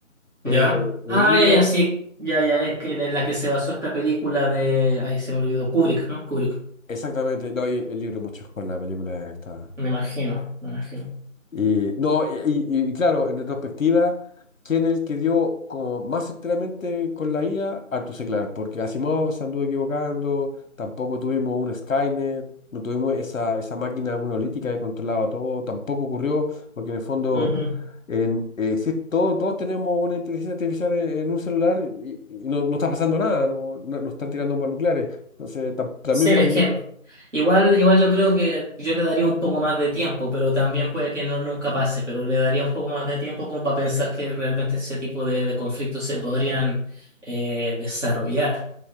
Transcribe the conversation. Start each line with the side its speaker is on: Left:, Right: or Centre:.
Right: ¿Ya?
Left: Eh, el
Right: Ah,
Left: libro,
Right: ya, ya, sí. Ya, ya, es que en la que se basó esta película de... Ahí se me olvidó, Kubrick, ¿no? Kubrick.
Left: exactamente, no, y el libro mucho con la película está
Right: Me imagino, me imagino.
Left: Y, no, y, y- y claro, en retrospectiva, ¿quién es el que dio como más enteramente con la IA? Arthur C. Clarke, porque Asimov se anduvo equivocando, tampoco tuvimos un Skynet, no tuvimos esa, esa máquina monolítica que controlaba todo, tampoco ocurrió, porque en el fondo
Right: Ujú.
Left: en, eh, existe- todo- todos tenemos una inteligencia artificial en, en un celular y, y no, no está pasando nada, no, no, no están tirando bombas nucleares. Entonces, tam- también
Right: Sí, es
Left: falló.
Right: que igual, igual yo creo que yo le daría un poco más de tiempo, pero también puede que no nunca pase, pero le daría un poco más de tiempo como para pensar que realmente ese tipo de, de conflictos se podrían eh, desarrollar.